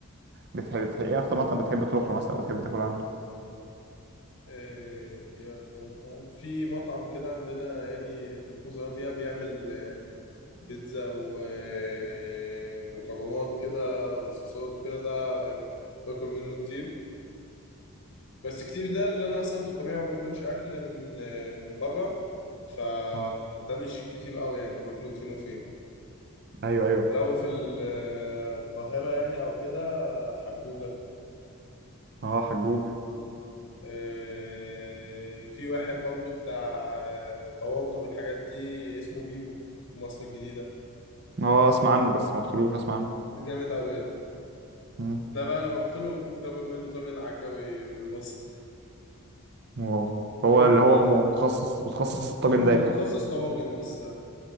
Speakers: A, on the right; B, on the left.
A: بتحب بتحب ايه اكتر مطعم بتحب تروح له مثلا او بتحب تاكل عنده
B: ايه هي اكتر مطعم في مطعم كده عندنا يعني في المحافظه اللي أنا فيها بيعمل آه، بيتزا و- آه، ومكرونات كده وصوصات وكده ده يعني باكل منه كتير بس كتير ده اللي انا اصلا في الطبيعه ما باكلش اكل من آه، من بره فده
A: اه
B: مش كتير قوي يعني باكله فين وفين
A: ايوه ايوه
B: لو في ال- آه، القاهره يعني او كده حجوجه
A: اه حجوج
B: آه، في واحد برضو بتاع آه، طواجن والحاجات دي اسمه بيبو في مصر الجديدة
A: اه اسمع عنه بس ما قلتلوش اسمع عنه
B: جامد أوي
A: مم.
B: ده بقى أنا رحت له جرب منه طاجن عكاوي بالبصل
A: واو هو
B: أنت
A: اللي هو م- متخصص متخصص الطاجن
B: هو
A: ده
B: متخصص
A: يعني
B: طواجن بس آه،